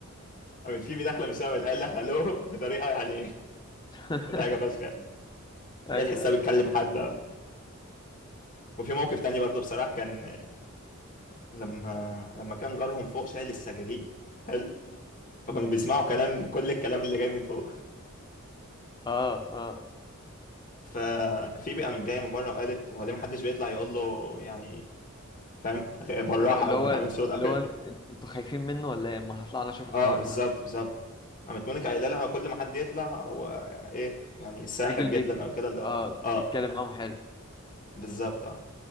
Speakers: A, on the left; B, on the left.
A: قامت فيبي داخله من الشقه قامت قال لها هلو بطريقه يعني
B: <laughs>
A: حاجه فشخ ان
B: ايوه
A: هي تحسها
B: ايوه
A: بتكلم حد أو. وفي موقف تاني برضه بصراحه كان لما لما كان جارهم فوق شايل السجاجيد حلو فكانوا
B: مم.
A: بيسمعوا كلام كل الكلام اللي جاي من فوق
B: اه اه
A: <laughs> ففي بقى من جايه من بره وقالت هو ليه محدش بيطلع يقول له يعني فاهم بالراحه
B: <laughs> اللي
A: او
B: هو
A: ما تعملش صوت او
B: اللي
A: كده
B: هو انت- انتوا خايفين منه ولا ايه ما هطلع انا اشوف الحوار
A: اه بالظبط
B: ده
A: بالظبط قامت مونيكا قايله لها كل ما حد يطلع هو ايه يعني ساحر
B: الراجل
A: جدا
B: بيك
A: او كده اللي هو
B: اه
A: اه
B: اتكلم معاهم حلو
A: بالظبط اه